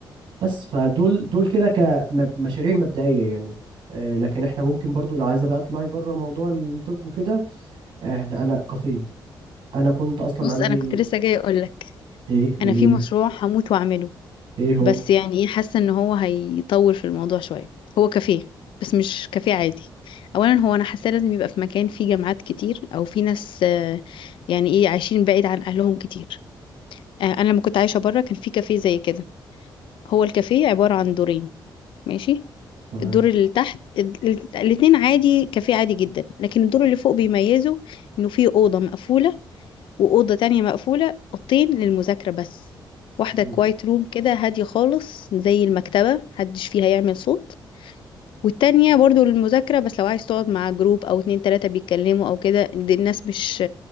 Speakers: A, on the right; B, on the left.
A: بس فدول دول كده كمشاريع مبدئية يعني آه، لكن احنا ممكن برضو لو عايزة بقى اطلعي بره موضوع الطب وكده احنا انا كافيه انا كنت اصلا
B: بص
A: عندي
B: انا كنت لسه جايه اقول لك
A: ايه قولي
B: انا في
A: لي
B: مشروع هموت واعمله
A: ايه هو
B: بس يعني ايه حاسه ان هو هيطول في الموضوع شويه هو كافيه بس مش كافيه عادي اولا هو انا حاسه لازم يبقى في مكان فيه جامعات كتير او في ناس آه، يعني ايه عايشين بعيد عن اهلهم كتير آه، انا لما كنت عايشه بره كان في كافيه زي كده هو الكافيه عباره عن دورين ماشي
A: تمام
B: الدور اللي تحت ال- ال- الاتنين عادي كافيه عادي جدا لكن الدور اللي فوق بيميزه انه فيه اوضه مقفوله وأوضة تانية مقفولة أوضتين للمذاكرة بس واحدة
A: م-
B: كوايت روم كده هادية خالص زي المكتبة محدش فيها يعمل صوت والتانية برضو للمذاكرة بس لو عايز تقعد مع جروب أو اتنين تلاتة بيتكلموا أو كده دي الناس مش